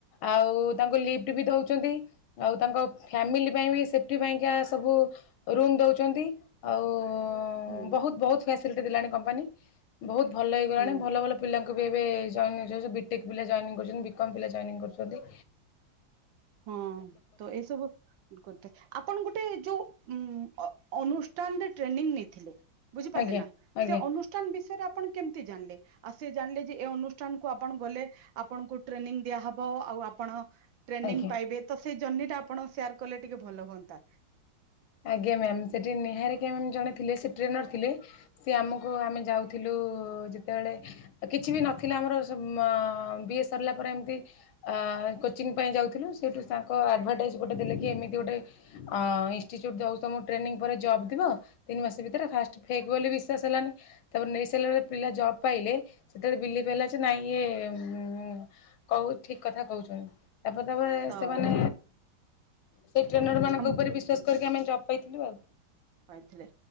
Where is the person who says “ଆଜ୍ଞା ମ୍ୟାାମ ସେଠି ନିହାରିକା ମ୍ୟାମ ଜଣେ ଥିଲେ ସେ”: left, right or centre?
Left